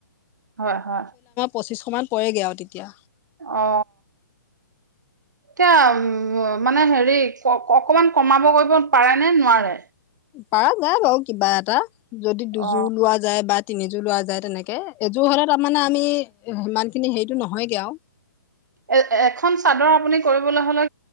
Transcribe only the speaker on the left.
পঁচিছশমান পয়েগে আও তেতিয়া।
পাৰা যায় বাৰু কিবা এটা। যদি দুযোৰ
লোৱা যায় বা। তিনিযোৰ লোৱা যায় তেনেকে এযোৰ হলে তাৰমানে আমি সিমান খিনি হেৰিটো নহয়গে আও।